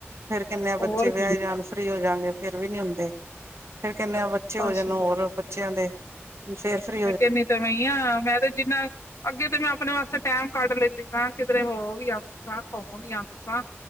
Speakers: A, on the right; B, on the left.
A: ਫੇਰ ਕਹਿਨੇ ਬੱਚੇ
B: ਹੋਰ
A: ਵਿਆਹੇ
B: ਕੀ
A: ਜਾਣ ਫ੍ਰਰੀ ਹੋ ਜਾਗੇ, ਫੇਰ ਵੀ ਨੀ ਹੁੰਦੇ ਫੇਰ ਕਹਿਣੇ ਬਚ ਬੱਚੇ
B: ਬਸ
A: ਹੋ ਜਾਣ ਹੋਰ ਬੱਚਿਆਂ ਦੇ ਫੇਰ ਫ੍ਰੀ
B: ਮੈਂ ਕਹਿਣੀ ਤਾਂ ਐਵੇਂ ਈ ਆ ਮੈਂ ਤੇ ਜਿੰਨਾ ਅੱਗੇ ਤੇ ਮੈਂ ਆਪਣੇ ਵਾਸਤੇ ਟੈਮ ਕੱਢ ਲੈਂਦੀ ਸਾਂ। ਕਿਧਰੇ ਹੋ ਵੀ ਆਦੀ ਸਾਂ। ਘੁੰਮ ਵੀ ਆਉਂਦੀ ਸਾਂ।